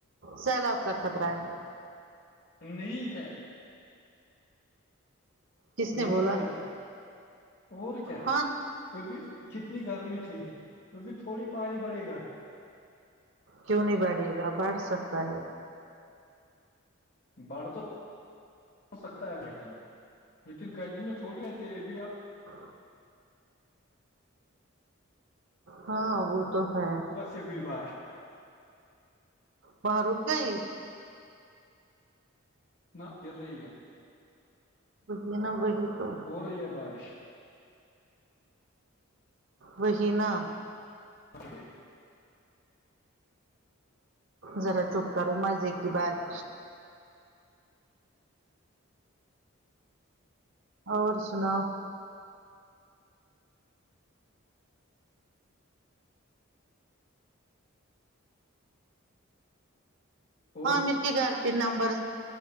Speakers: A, on the right; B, on the left.
A: سیلاب کا خطرہ ہے
B: نہیں ہے
A: کس نے
B: نہیں
A: بولا
B: آئے گی اور کیا
A: ہاں
B: وہ بھی کتنی گرمی تھی وہ بھی تھوڑی پانی بڑے گا
A: کیوں نہیں بڑھے گا بڑھ سکتا ہے
B: بڑھ تو ہو سکتا ہےن لیکن کنٹینیو تھوڑی ہےتی اب
A: ہ ہاں وہ تو ہے
B: بس سے ہوئی بار
A: ماروخ کئی
B: نہ ا رہی
A: بیا نا بڑی تو
B: ہو رہی ہے بارش
A: وہہینہ
B: اے
A: ذرا چپ کرو مزے کی بات اور سناؤ
B: اور
A: عامر کے گھر پہ نمبر